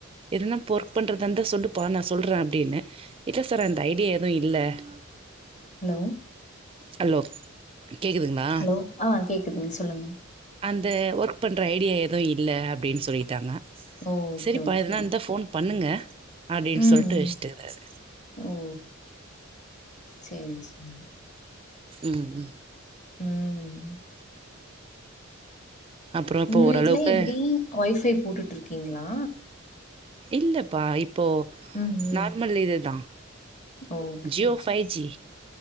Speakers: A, on the right; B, on the left.
A: எதுனா ஒர்க் பண்றதா இருந்தா சொல்லுப்பா நா சொல்றே அப்டின்னு இல்ல சார் அந்த ஐடியா எதுவு இல்ல <inaudible>
B: ஹலோ
A: ஹலோ கேக்குதுங்களா
B: ஹலோ. ஆ கேக்குது சொல்லுங்க
A: இது ஒர்க் பண்றா ஐடியா எது இல்ல அப்டின்னு சொல்லிடாங்க
B: ஓ! ஓகே,
A: செரிப்பா
B: ஓகே.
A: எதுனா இருந்தா ஃபோன் பண்ணுங்க அப்டின்னு
B: ம்
A: சொல்ட்டு வச்சுட்டுக்கிறாரு
B: ஓ செரி செரி
A: ம் ம்
B: ம்.
A: அப்புறோ இப்போ
B: உங்க
A: ஓரளவுக்கு
B: வீட்ல எப்டி ஒய்ஃபை போட்டுட்டு இருக்கீங்களா
A: இல்லப்பா இப்போ
B: ம், ம்.
A: நார்மல் இது தா
B: ஓகே.
A: ஜியோ
B: சரி, சரி.
A: ஃபைஜி